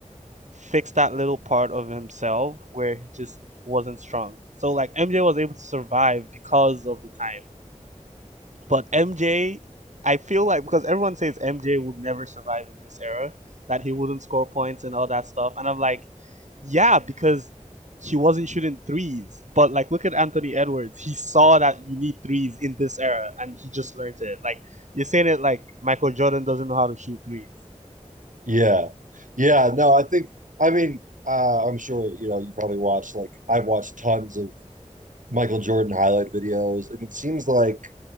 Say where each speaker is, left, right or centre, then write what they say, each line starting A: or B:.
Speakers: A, on the right; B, on the right.
A: fix that little part of himself where he just wasn't strong. So like MJ was able to survive because of the time But MJ, I feel like because everyone says MJ would never survive in this era, that he wouldn't score points and all that stuff. And I'm like, yeah, because he wasn't shooting threes. But like, look at Anthony Edwards. He saw that you need threes in this era, and he just learned it. Like you're saying it like Michael Jordan doesn't know how to shoot threes.
B: Yeah. Yeah. No, I think I mean uh, I'm sure you know you probably watched like I've watched tons of Michael Jordan highlight videos, and it seems like